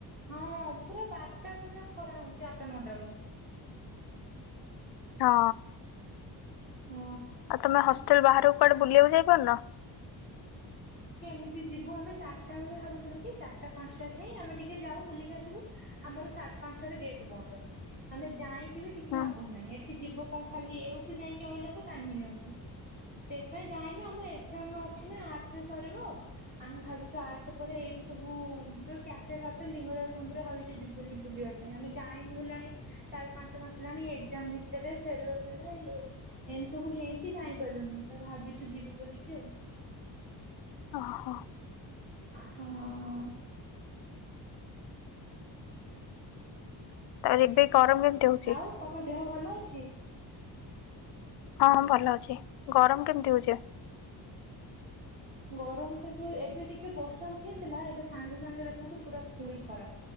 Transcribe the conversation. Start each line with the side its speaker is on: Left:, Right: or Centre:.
Right: ହଁ ପୁରା ବାରଟା ଭେଳିଆ ଖରା ହଉଛି ଆଠଟା ନଅଟା ରୁ
Left: ହଁ।
Right: ହଁ।
Left: ଆଉ ତମେ ହଷ୍ଟେଲ ବାହାରକୁ କୁଆଡେ ବୁଲିବାକୁ ଯାଇପାରୁନ?
Right: କେମିତି ଯିବୁ ଆମେ ଚାରିଟା ବେଳେ ଭାବିଥିଲୁ କି ଚାରିଟା ପାଞ୍ଚଟା ଠାଇ ଆମେ ଟିକେ ଯାଉ ବୁଲିକି ଆସିବୁ ଆମର ସାଢ ପାଞ୍ଚଟାରେ ଗେଟ୍ ବନ୍ଦ ଆମେ ଯାଇକି ବି କିଛି
Left: ହୁଁ
Right: ଲାଭ ନାହିଁ ଏଠି ଯିବ କଣ ଖାଲି ଏଇଠି ରହିକି ଆଇଲା କୁ ଟାଇମ ହେଇଯାଉଛି। ସେଇଥିପାଇଁ ଯାହାହେନ ଆମ ଏଗଜାମ ଅଛି ନା ଆଠ ସରିବ ଆମେ ଭାବିଛୁ ଆଠ ପରେ ଏଇଠି ସବୁ ଯ କ୍ୟାଫେ ଫ୍ୟାଫ ଲିଙ୍ଗରାଜ ମନ୍ଦିର <unintelligible> ଯିବୁନି ବୁଲିବା ପାଇଁ, ଆମେ ଯାଈନୁ ବୁଲିବା ପାଇଁ ଚାରି ପାଞ୍ଚ ମାସ ହେଲାଣି ଏ ଏକଜାମ ଭିତରେ ଫେର ୱେଲ ହେ ରେ ଇମିତି ସବୁ ହେଇକି ଯାଇପାରିଲୁନି ତ ଭାବିଚୁ ଯିବି ବୋଲିକି ଆଉ।
Left: ଓ ହୋ।
Right: ହଁ।
Left: ତାପରେ ଏବେ ଗରମ କେମିତି ହଉଛି?
Right: ଆଉ ତମ ଦେହ ଭଲ ଅଛି?
Left: ହଁ ଭଲ ଅଛି ଗରମ କେମିତି ହଉଚି?
Right: ଗରମ ତବେ ଏବେ ଟିକେ ବର୍ଷା ଉଠେଇଥିଲା ଏବେ ସାଙ୍ଗେ ସାଙ୍ଗେ ଦେଖନ୍ତୁ ପୁରା ଫୁଣି ଖରା।